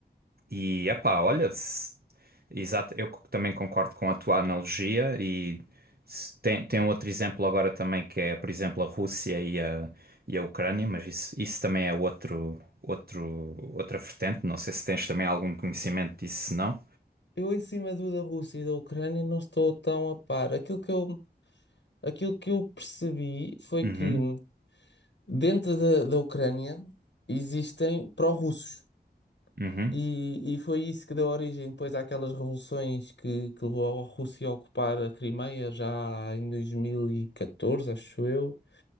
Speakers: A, on the right; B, on the left.
A: e, epá, olha, s- exato, eu co- também concordo com a tua analogia e s- tem, tem um outro exemplo agora também que é, por exemplo, a Rússia e a, e a Ucrânia, mas isso, isso também é outro, outro, outra vertente, não sei se tens também algum conhecimento disso, se não.
B: Eu em cima do da Rússia e da Ucrânia não estou tão a par. Aquilo que eu, aquilo que eu percebi foi
A: Uhum,
B: que hum, dentro da, da Ucrânia existem pró-russos.
A: uhum,
B: E, e foi isso que deu origem depois àquelas revoluções que, que levou a Rússia a ocupar a Crimeia já em 2014, acho eu.